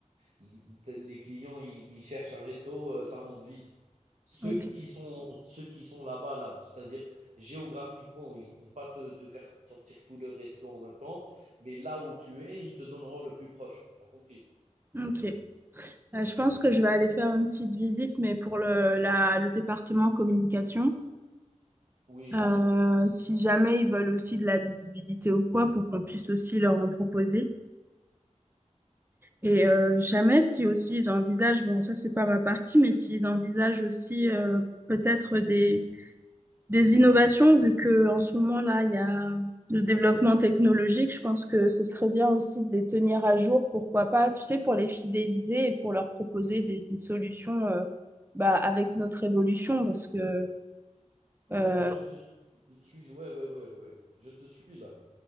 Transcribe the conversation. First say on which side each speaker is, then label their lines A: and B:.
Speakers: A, on the right; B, on the right.
A: les, les- clients ils, ils cherchent un resto, euh, ça monte vite. Ceux
B: Ok,
A: qui sont, ceux qui sont là-bas, là, c'est-à-dire géographiquement, ils vont pas te, te faire sortir tous leurs restos en même temps, mais là où tu es, ils te donneront le plus proche. Tu as compris?
B: ok. Euh, je pense que je vais aller faire une petite visite, mais pour le, la, le département communication,
A: Oui.
B: Euh, si jamais ils veulent aussi de la visibilité ou quoi, pour qu'on puisse aussi leur en proposer. Et euh, jamais, si aussi ils envisagent, bon, ça c'est pas ma partie, mais s'ils envisagent aussi euh, peut-être des des innovations, vu que en ce moment là, il y a le développement technologique, je pense que ce serait bien aussi de les tenir à jour, pourquoi pas, tu sais, pour les fidéliser et pour leur proposer des, des solutions euh, bah, avec notre évolution, parce que euh,
A: Non, non, je te suis. Je te suis. Ouais, ouais, ouais, ouais. ouais. Je te suis là.